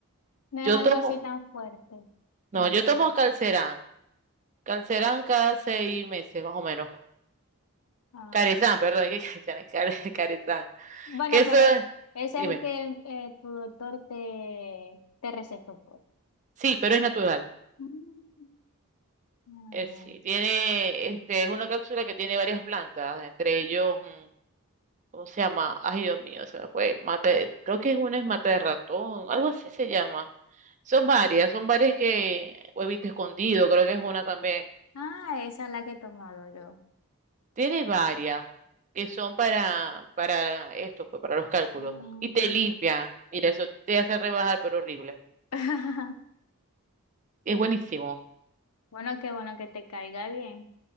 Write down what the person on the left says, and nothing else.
no es
algo
así tan fuerte,
lo
mío.
Ah,
bueno,
pero
ese es el
que eh, tu doctor te, te recetó, pues.
Mm, Ah,
bueno.
Ah, esa es la que he tomado yo.
Mm.
<laughs>
Bueno, qué bueno que te caiga bien.